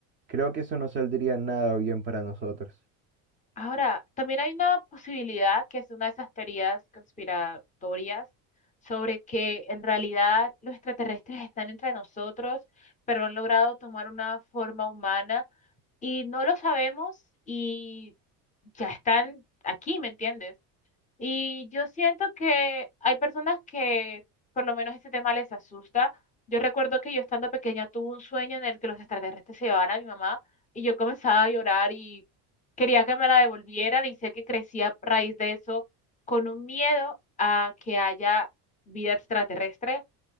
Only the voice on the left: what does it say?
Ahora, también hay una posibilidad que es una de esas teorías conspiratorias sobre que en realidad los extraterrestres están entre nosotros, pero han logrado tomar una forma humana y no lo sabemos y ya están aquí, ¿me entiendes? Y yo siento que hay personas que por lo menos ese tema les asusta. Yo recuerdo que yo estando pequeña tuve un sueño en el que los extraterrestres se llevaban a mi mamá y yo comenzaba a llorar y quería que me la devolvieran y sé que crecí a raíz de eso con un miedo a que haya vida extraterrestre.